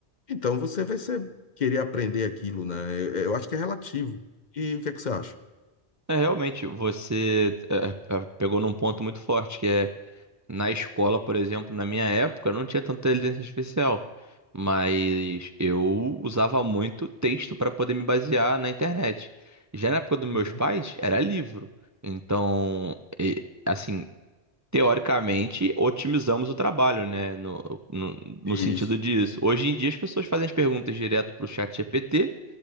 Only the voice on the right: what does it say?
É, realmente, você é, é, pegou num ponto muito forte, que é na escola, por exemplo, na minha época, não tinha tanta inteligência artificial, mas eu usava muito texto para poder me basear na internet. Já na época dos meus
pais, era livro. Então, e- assim, teoricamente, otimizamos o trabalho, né? No, no, no
sentido disso. Hoje em dia, as pessoas fazem as perguntas direto para o chat GPT